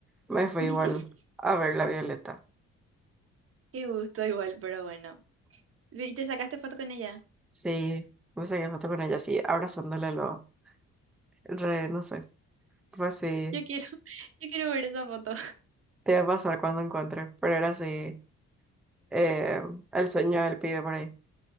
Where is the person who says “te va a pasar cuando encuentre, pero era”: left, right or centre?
Centre